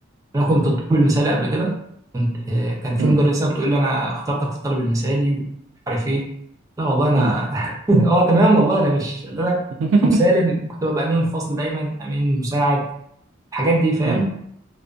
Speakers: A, on the right; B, on the right.
A: انا كنت الطالب المثالي قبل كده كنت كان في
B: امم
A: مدرسه بتقول لي انا اخترتك في الطالب المثالي ومش عارف ايه لا والله انا
B: امم
A: <laughs> اه تمام والله انا مش اللي انا أنا
B: <laughs>
A: مسالم كنت ببقى امين الفصل دايما امين مساعد الحاجات دي فاهم
B: امم